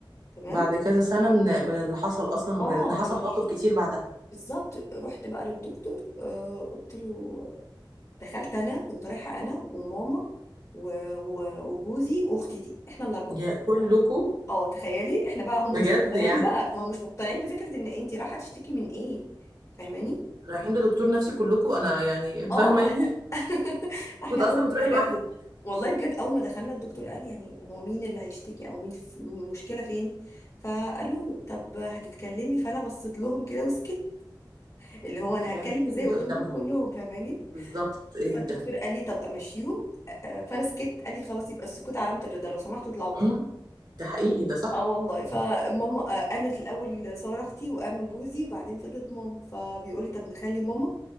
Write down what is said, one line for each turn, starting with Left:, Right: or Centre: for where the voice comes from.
Left: تمام
Right: بعد كذا سنه من من اللي حصل اصلا
Left: اه
Right: من إن حصل
Left: من
Right: مواقف كتير بعدها
Left: بالظبط رحت بقى للدكتور آه قلت له دخلت انا كنت رايحه انا وماما و- و- وجوزي واختي دي احنا الاربعه
Right: يا كلكم
Left: اه تخيلي احنا بقى هم
Right: بجد
Left: مش مقتنعين
Right: يعني
Left: بقى ما هم مش مقتنعين بفكرة ان انت رايحة تشتكي من ايه فاهماني
Right: رايحين لدكتور نفسي كلكم انا يعني
Left: اه
Right: فاهماني
Left: ما احنا <laughs> ما احنا
Right: كنت اصلا
Left: اول ما
Right: بتروحي
Left: دخلنا
Right: لوحدك
Left: والله بجد اول ما دخلنا الدكتور قال يعني هو مين اللي هيشتكي او مين في- المشكلة فين فقالوا له طب هتتكلمي فانا بصيت لهم كده وسكت اللي هو
Right: انت
Left: انا
Right: ازاي
Left: هتكلم
Right: هتتكلمي
Left: ازاي قدام
Right: قدامهم
Left: دول كلهم فاهماني
Right: بالظبط ايه
Left: فالدكتور
Right: ده
Left: قال لي طب امشيهم آه، فانا سكت قال لي خلاص يبقى السكوت علامة الرضا لو سمحتوا اطلعوا بره
Right: مم؟ ده حقيقي ده صح
Left: اه والله فماما آه، قامت الاول ساره اختي وقام جوزي وبعدين فضلت ماما فبيقول لي طب نخلي ماما